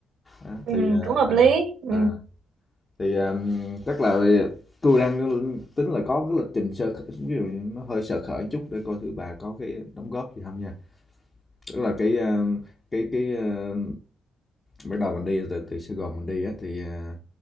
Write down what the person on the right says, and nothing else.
Ừ,
cũng hợp
lý. Ừ.